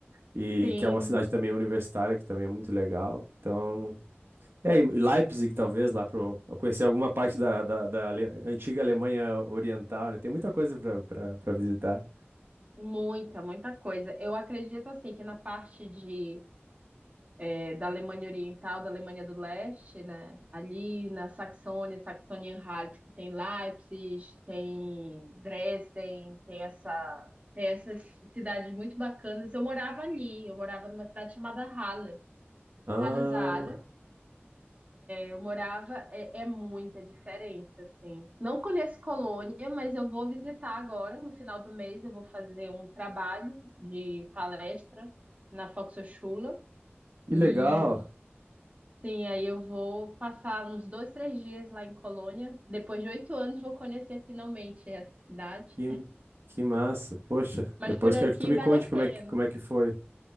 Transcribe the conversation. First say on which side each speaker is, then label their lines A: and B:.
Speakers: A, on the right (about 60°); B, on the right (about 30°).
A: E
B: sim.
A: que é uma cidade também universitária, que também é muito legal. Então, é, E aí, Leipzig, talvez, lá para conhecer alguma parte da, da, da Ale- antiga Alemanha Oriental, né? Tem muita coisa para visitar.
B: Muita, muita coisa. Eu acredito, assim, que na parte de é, da Alemanha Oriental, da Alemanha do Leste, né? Ali na Saxônia, Saxônia-Anhalt, que tem Leipzig, tem Dresden, tem essa, tem essas cidades muito bacanas. Eu morava ali, eu morava numa cidade chamada Halle.
A: Ah,
B: Halle-Saale, eu morava, é, é muita diferença, assim. Não conheço Colônia, mas eu vou visitar agora, no final do mês, eu vou fazer um trabalho de palestra na Volkshochschule
A: que
B: e
A: legal.
B: Sim, aí eu vou passar uns dois, três dias lá em Colônia. Depois de oito anos, vou conhecer finalmente essa cidade.
A: Que, que massa. Poxa,
B: Mas
A: depois
B: por
A: quero
B: aqui
A: que tu me conte
B: vale a
A: como
B: pena.
A: é que, como é que foi.